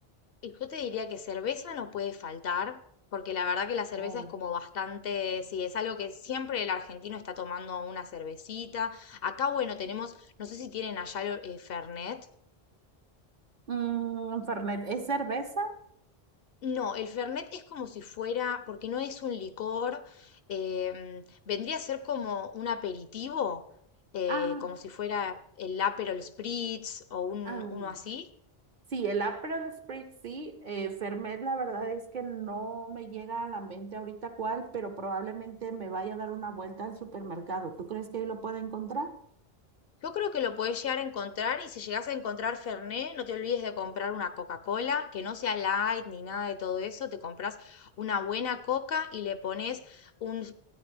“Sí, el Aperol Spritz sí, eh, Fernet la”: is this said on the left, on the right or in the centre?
Right